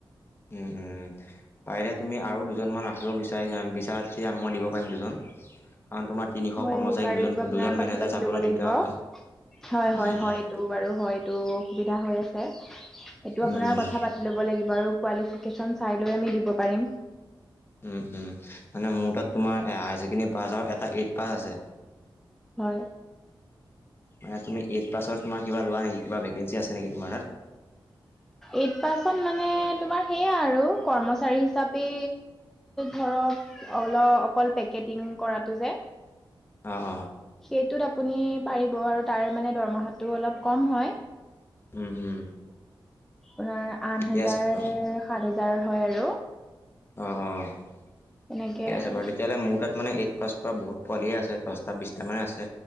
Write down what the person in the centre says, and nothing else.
হয়
বাৰু
এইটো আপোনাৰ
কথা
পাতি
লব লাগিব
হয়-হয়-হয়
এইটো বাৰু হয়, এইটো অসুবিধা হৈ আছে। এইটো আপোনাৰ
কথা পাতি ল'ব লাগিব আৰু কোৱালিফিকেশ্যন চাই লৈ আমি দিব পাৰিম
হয়।
এইট পাৰ্চন মানে তোমাৰ সেইয়া আৰু কৰ্মচাৰী হিচাপে ধৰক অলপ অকল পেকেটিং কৰাটো যে।
সেইটোত আপুনি পাৰিব আৰু তাৰ মানে দৰমহাটো অলপ কম হয়।
আপোনাৰ আঠ
হাজাৰ
সাত হাজাৰ হয় আৰু।
তেনেকে
আৰু